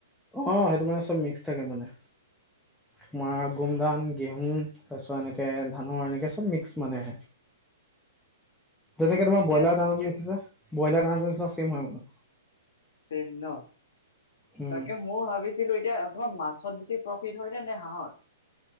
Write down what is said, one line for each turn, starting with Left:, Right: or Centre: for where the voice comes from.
Centre: অ', সেইটো মানে চব মিক্স থাকে মানে তোমাৰ গুমধান গেহু তাৰপিছত এনেকে ধানৰ এনেকে চব মিক্স মানে। যেনেকে তোমাৰ
Left: এতিয়া
Centre: ব্ৰইলাৰ দানাটো মিক্স আছে, ব্ৰইলাৰ দানাৰ নিচনা চছেম হয় মানে।
Left: ছেম ন'
Centre: উম,
Left: তাকে মোও ভাবি ছিলো এতিয়া তোমাৰ মাছত বেছি প্ৰফিট হয়নে নে হাঁহত?